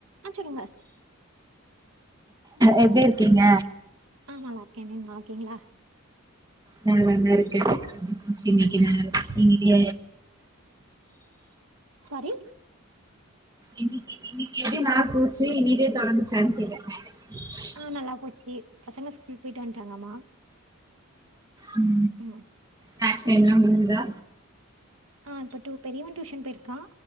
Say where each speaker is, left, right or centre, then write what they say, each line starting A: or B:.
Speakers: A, on the right; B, on the right.
A: ஆ சொல்லுங்க
B: எப்டி இருக்கீங்க
A: ஆ நல்லா இருக்கே நீங்க நல்லாருக்கீங்ளா
B: நா நல்லா இருக்கே சின்னைக்கு
A: ம்
B: நாள் இன்னைக்கு
A: எ சாரி
B: இன்னைக்கு இன்னைக்கு எப்டி நாள் போச்சு இனிதே தொடங்கிச்சான் கேக்கே உம்
A: ம் நல்லா போச்சு பசங்க ஸ்கூல் போயிட்டு வந்ட்டாங்கம்மா
B: ம்
A: ம்
B: ஹேர் ஸ்டைல்லா முடிஞ்சிதா
A: ஆ இப்ப டூ பெரியவ டியூஷன் போயிருக்கா